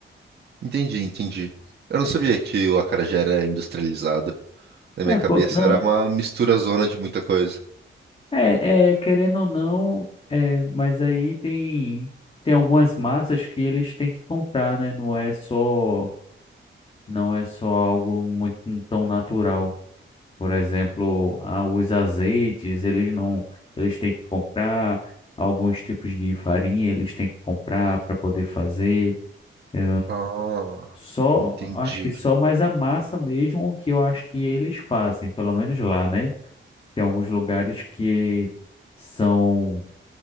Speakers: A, on the right; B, on the left.
A: Entendi, entendi. Eu não sabia que o acarajé era industrializado. Na
B: É,
A: minha cabeça
B: pô, não.
A: era uma mistura zona de muita coisa.
B: É, é, querendo ou não, é, mas aí tem tem algumas massas que eles têm que comprar, né? Não é só não é só algo muito tão natural. Por exemplo, ah, os azeites, eles não eles têm que comprar alguns tipos de farinha, eles têm que comprar para poder fazer. É,
A: Ah,
B: Só,
A: entendi.
B: acho que só mais a massa mesmo o que eu acho que eles fazem, pelo menos lá, né? Tem alguns lugares que são